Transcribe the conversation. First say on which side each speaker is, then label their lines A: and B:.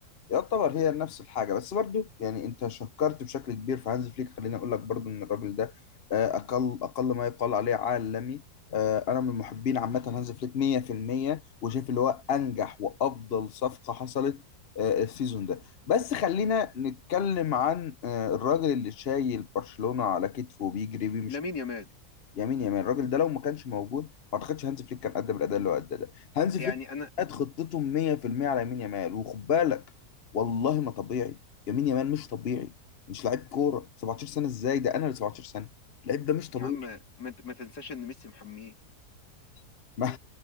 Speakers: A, on the left; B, on the left.
A: يعتبر هي نفس الحاجة بس برضو يعني انت شكرت بشكل كبير في هانز فليك خليني اقول لك برضو ان الراجل ده آه، اقل اقل ما يقال عليه عالمي آه، انا من محبين عامة هانز فليك 100% وشايف اللي هو انجح وافضل صفقة حصلت آه، السيزون ده بس خلينا نتكلم عن آه، الراجل اللي شايل برشلونة على كتفه وبيجري بيه
B: لامين يامال
A: يمين يمين الراجل ده لو ما كانش موجود ما اعتقدش هانز فليك كان قدم الاداء اللي هو اداه ده هانز
B: يعني
A: فليك
B: انا
A: قد خطتهم 100% على يمين يمال وخد بالك والله ما طبيعي يمين يمال مش طبيعي مش لعيب كوره 17 سنه ازاي ده انا اللي 17 سنه اللعيب ده مش طبيعي
B: يا عم ما, ما تنساش ان ميسي محميه
A: <laughs> ما-